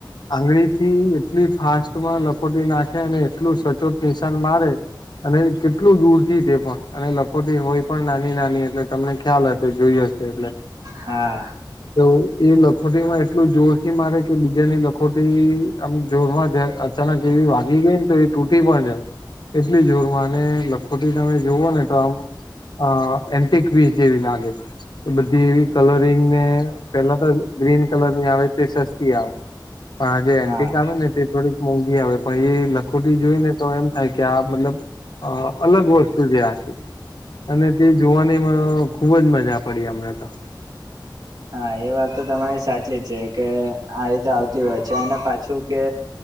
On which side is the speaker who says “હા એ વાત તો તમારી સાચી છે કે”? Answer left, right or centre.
Right